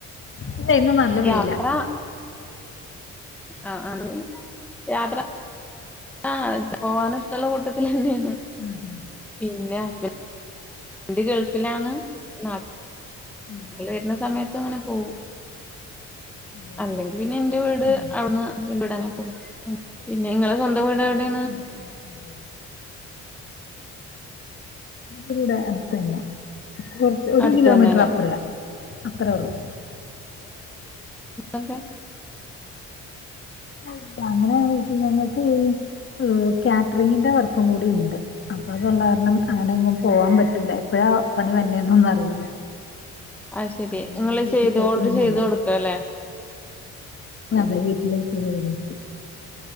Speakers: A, on the left (about 40°); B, in the centre.
A: ഇല്ല ഇന്ന് നല്ല വെയിലാ
B: യാത്ര ആ ആ പറഞ്ഞോ യാത്ര ആഹ് പോവാന് ഇഷ്ടള്ള കൂട്ടത്തിലന്നേണ്
A: ആ ആ ഹാ
B: പിന്നെ ഹസ്ബൻന്റ് ഗൾഫിലാണോ നാട്ടി
A: ഉം
B: ൽ വരുന്ന സമയത്ത് അങ്ങനെ പോകും
A: വേറെന്തല്ലാം
B: അല്ലെങ്കി പിന്നെ എന്റെ വീട്
A: ഉം
B: അവിന്ന്ന്റെ വീട് അങ്ങനെ പോവും ഉം പിന്നെ നിങ്ങളെ സ്വന്തം വീടെ എവിടെ
A: <unintelligible> <inaudible> അടുത്ത തന്നെ കുറച്ച് ഒരു
B: അടുത്തന്നെല്ലേ
A: കിലോമീറ്റർ അപ്പറയാ അത്രറ ഉള്ളൂ
B: ഒക്കെ
A: അല്ല അങ്ങനെ വീട്ടി ഞങ്ങൾക്ക് ഈ കാറ്ററിങ്ങിന്റെ വർക്കും കൂടി ഉണ്ട് അപ്പൊ അതുള്ള കാരണം അങ്ങനെങ്ങും പോവാൻ പറ്റൂല എപ്പഴാ പണി വര്ണേന്നൊന്നും അറിയില്ല
B: അയ് ശെരി
A: അങ്ങനെ
B: നിങ്ങള്
A: അങ്ങനെ വീട്ടിൽ
B: ചെയ്തു
A: പോക്കൊന്നുമില്ല
B: ഓർഡർ ചെയ്ത് കൊടുക്ക അല്ലേ
A: അതെ വീട്ടിലേക്ക് ചെയ്ത് കൊടുക്കും